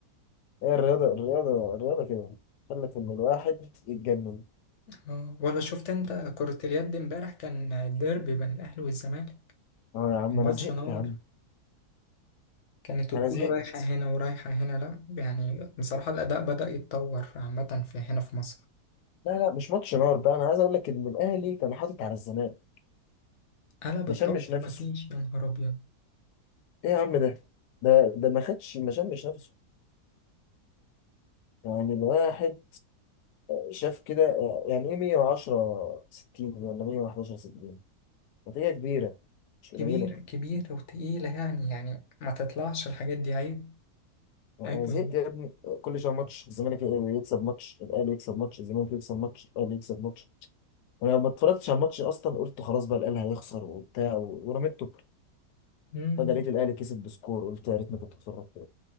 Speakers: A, on the left; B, on the left.
A: هي الرياضه الرياضه الرياضه كده خلت ان الواحد يتجنن
B: آه، ولا شفت انت كرة اليد امبارح كان الديربي بين الاهلي والزمالك
A: اه يا عم
B: الماتش
A: انا زهقت
B: نار
A: يا عم
B: كانت الكورة
A: انا زهقت
B: رايحة هنا ورايحة هنا لا يعني بصراحة الأداء بدأ يتطور عامة في هنا في مصر
A: لا لا مش ماتش نار بقى انا عايز اقول لك ان الاهلي كان حاطط على الزمالك
B: قلب
A: ما
B: الطبخ
A: شمش نفسه
B: مفيش يا نهار أبيض
A: ايه يا عم ده ده ده ما خدش ما شمش نفسه يعني الواحد شاف كده يعني ايه 110 60 ولا 111 60 نتيجة كبيرة مش
B: كبيرة
A: قليلة
B: كبيرة وتقيلة يعني يعني ما تطلعش الحاجات دي عيب
A: انا
B: عيب
A: زهقت
B: والله
A: يا ابني كل شويه ماتش الزمالك يكسب ماتش الاهلي يكسب ماتش الزمالك يكسب ماتش الاهلي يكسب ماتش انا ما اتفرجتش على الماتش اصلا قلت خلاص بقى الاهلي هيخسر وبتاع و- ورميت توبته
B: مم.
A: فجأة لقيت الاهلي كسب بسكور قلت يا ريتني كنت اتفرجت